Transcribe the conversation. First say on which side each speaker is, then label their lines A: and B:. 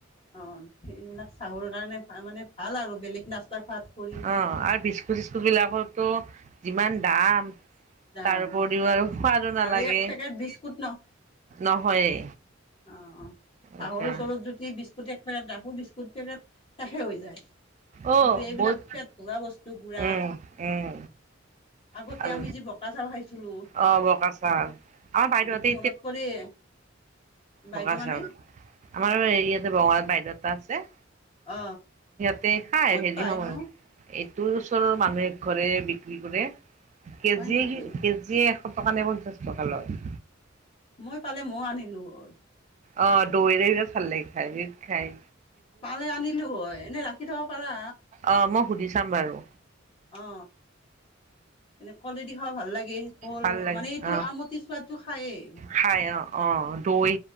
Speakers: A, on the left; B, on the right.
A: অ এইবিলাক চাহৰ কাৰণে ভাল মানে। ভাল আৰু বেলেগ নাস্তা খোৱাত কৰি।
B: অ আৰু বিস্কুট চিস্কুট বিলাকৰটো যিমান দাম
A: দাম
B: তাৰ উপৰিও আৰু সোৱাদো নালাগে
A: আৰু এক পেকেট বিস্কুট
B: নহয়ে।
A: অ অ চাহৰ
B: এতিয়া
A: ওচৰত যদি বিচ কুট এক পেকেট ৰাখো বিস্কুট পেকট শেষে হৈ যায়।
B: অ
A: কিন্তু এইবিলাক
B: বহুত
A: পেট ভৰা বস্তু গুড়া
B: উম উম
A: আগতে
B: ভাল।
A: আমি যি ব ড়া চাউল খাইছিলো
B: অ বকা চাউল আমাৰ বাইদেউহঁতে
A: এইটো মনত পৰে। বাইদেউ
B: বঙা
A: মানে
B: চাউল আমাৰ ইয়াতে বঙাৰ বাইদেউ এটা আছে।
A: অ
B: তে খাই
A: ক'ত
B: হেৰি
A: পাই
B: সময়ত
A: নো
B: এইটোৰ ওচৰৰ মানুহ এঘৰে বিক্ৰী কৰে। কেজিয়ে
A: হয় নেকি?
B: কেজি কেজিয়ে এশ টকা নে পঞ্চাছ টকা লয়
A: মই পালে মই আনিলো হয়।
B: অ দৈৰে যে ভাল লাগে খায় সেইটো খায়।
A: পালে আনিলো হয় এনে ৰাখি থ'ব পাৰা।
B: অ মই সুধি চাম বাৰু।
A: অ এনে কলেদি খোৱা ভাল লাগে কল
B: ভাল লাগে
A: মানে এইটো
B: অ
A: আমটি চোৱাটো খায়েই
B: খাই অ অ দৈ